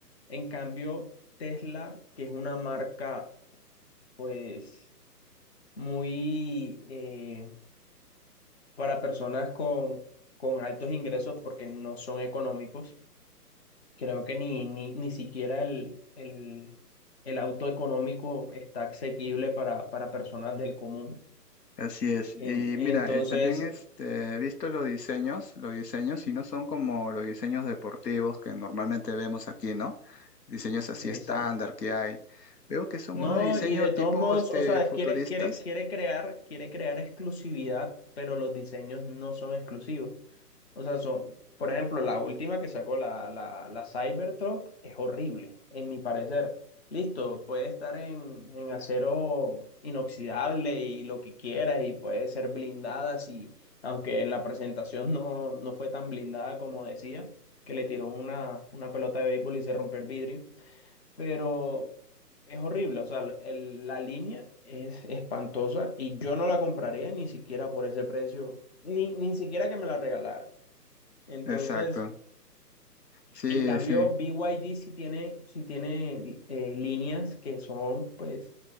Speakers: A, on the left (about 40°); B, on the left (about 75°).
A: En cambio, Tesla, que es una marca pues muy... eh, para personas con, con altos ingresos porque no son económicos. Creo que ni, ni, ni siquiera el, el, el auto económico está asequible para, para personas del común.
B: Así es. Y
A: En- entonces,
B: mira, eh, también este, he visto los diseños, los diseños, y no son como los diseños deportivos que normalmente vemos aquí, ¿no? Diseños así
A: exacto.
B: estándar que hay. Veo que son
A: No,
B: unos diseños
A: y de todos
B: tipo
A: modos,
B: este,
A: o sea,
B: futuristas.
A: quiere, quiere, quiere crear, quiere crear exclusividad, pero los diseños no son exclusivos. O sea, son, por ejemplo, la última que sacó la, la, la Cybertruck es horrible, en mi parecer. Listo, puede estar en, en acero inoxidable y lo que quieras, y puede ser blindada, si, aunque en la presentación no, no fue tan blindada como decía, que le tiró una, una pelota de béisbol y se rompió el vidrio pero es horrible, o sea, el- la línea es espantosa y yo no la compraría ni siquiera por ese precio, ni, ni siquiera que me la regalaran. Entonces,
B: Exacto. Sí,
A: en cambio,
B: sí,
A: BYD sí tiene, sí tiene eh, líneas que son, pues,